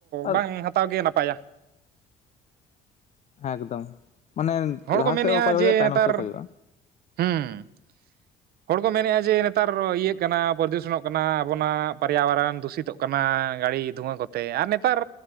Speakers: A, on the left; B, on the right.
A: ᱟᱨ
B: ᱵᱟᱝ ᱦᱟᱛᱟᱣ ᱜᱮ ᱱᱟᱯᱟᱭᱟ᱾
A: ᱮᱠᱫᱚᱢ ᱢᱟᱱᱮ
B: ᱦᱚᱲ
A: ᱞᱟᱦᱟ
B: ᱠᱚ ᱢᱮᱱᱮᱫᱼᱟ
A: ᱥᱮᱜ ᱦᱚ ᱠᱚᱭ
B: ᱡᱮ
A: ᱦᱩᱭᱩᱜᱼᱟ, ᱛᱟᱭᱱᱚᱢ
B: ᱱᱮᱛᱟᱨ
A: ᱥᱮ ᱠᱚᱭᱚᱜᱼᱟ᱾
B: ᱦᱩᱸ᱾ ᱦᱚᱲ ᱠᱚ ᱢᱮᱱᱮᱫᱼᱟ ᱡᱮ ᱱᱮᱛᱟᱨ ᱤᱭᱟᱹᱜ ᱠᱟᱱᱟ ᱯᱚᱨᱫᱩᱥᱚᱱᱚᱜ ᱠᱟᱱᱟ ᱟᱵᱚᱱᱟᱜ ᱯᱚᱨᱭᱟᱵᱚᱨᱚᱱ ᱫᱩᱥᱤᱛᱚᱜ ᱠᱟᱱᱟ ᱜᱟᱹᱲᱤ ᱫᱷᱩᱣᱟᱹ ᱠᱚᱛᱮ, ᱟᱨ ᱱᱮᱛᱟᱨ